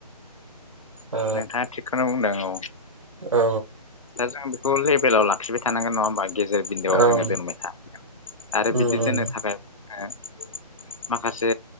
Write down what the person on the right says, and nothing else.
औ
औ
ओं
उम
उम